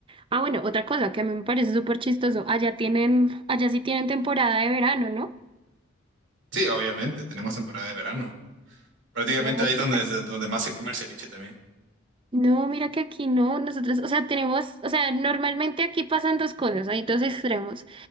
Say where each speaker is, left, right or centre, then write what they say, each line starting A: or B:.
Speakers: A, on the right; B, on the right.
A: Ah, bueno, otra cosa que a mí me parece súper chistoso. Allá tienen, allá sí tienen temporada de verano, ¿no?
B: sí, obviamente, tenemos temporada de verano. Prácticamente
A: No, aquí.
B: ahí donde, de- donde más se come el ceviche también.
A: No, mira que aquí no, nosotros, o sea, tenemos, o sea, normalmente aquí pasan dos cosas, hay dos extremos.